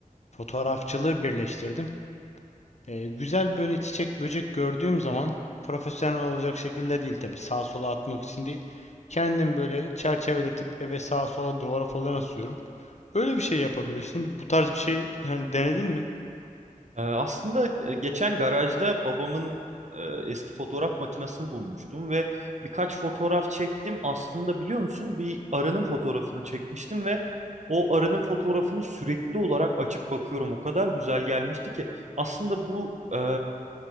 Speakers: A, on the left; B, on the right.
A: fotoğrafçılığı birleştirdim. Eee, güzel böyle çiçek böcek gördüğüm zaman profesyonel olacak şekilde değil tabii sağa sola atmak için değil. Kendim böyle çerçeveletip eve sağa sola duvara falan asıyorum. Öyle bir şey yapabilirsin. Bu tarz bir şey hani denedin mi?
B: Ee, Aslında e, geçen garajda babamın e, eski fotoğraf makinesini bulmuştum ve birkaç fotoğraf çektim. Aslında biliyor musun bir arının fotoğrafını çekmiştim ve o arının fotoğrafını sürekli olarak açıp bakıyorum. O kadar güzel gelmişti ki aslında bu e,